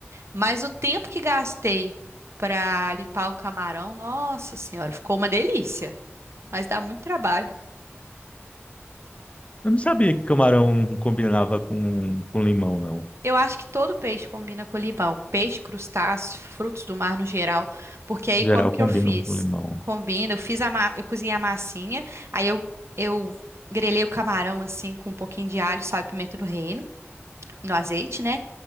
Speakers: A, on the right; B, on the left.
A: Mas o tempo que gastei pra limpar o camarão, nossa senhora, ficou uma delícia. Mas dá muito trabalho.
B: Eu não sabia que camarão combinava com, com limão, não.
A: Eu acho que todo peixe combina com limão. Peixe, crustáceos, frutos do mar no geral. Porque aí
B: Em
A: como
B: geral
A: que
B: combinam
A: eu fiz?
B: com limão.
A: Combina, eu fiz a ma... eu cozinhei a massinha, aí eu, eu grelhei o camarão assim com um pouquinho de alho, sal e pimenta do reino, no azeite, né?